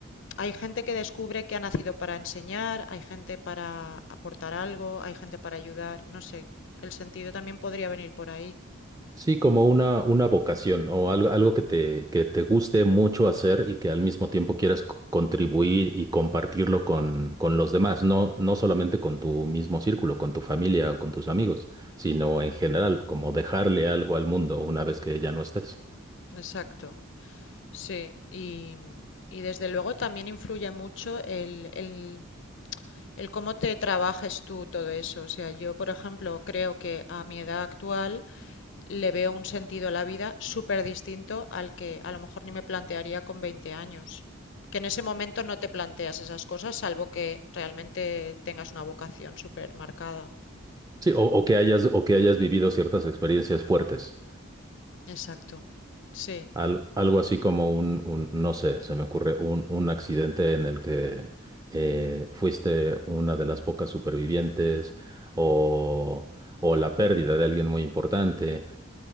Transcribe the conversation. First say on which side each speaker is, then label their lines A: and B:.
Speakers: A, on the left; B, on the right.
A: hay gente que descubre que ha nacido para enseñar, hay gente para aportar algo, hay gente para ayudar, no sé, el sentido también podría venir por ahí.
B: sí, como una, una vocación o algo, algo que te, que te guste mucho hacer y que al mismo tiempo quieras c- contribuir y compartirlo con, con los demás, no, no solamente con tu mismo círculo, con tu familia o con tus amigos, sino en general, como dejarle algo al mundo una vez que ya no estés.
A: Exacto, sí. Y, y desde luego también influye mucho el, el, el cómo te trabajes tú todo eso. O sea, yo, por ejemplo, creo que a mi edad actual... le veo un sentido a la vida súper distinto al que a lo mejor ni me plantearía con 20 años. Que en ese momento no te planteas esas cosas, salvo que realmente tengas una vocación súper marcada.
B: Sí, o, o que hayas, o que hayas vivido ciertas experiencias fuertes.
A: Exacto. Sí.
B: Al- algo así como un, un- no sé, se me ocurre un, un accidente en el que eh, fuiste una de las pocas supervivientes o, o la pérdida de alguien muy importante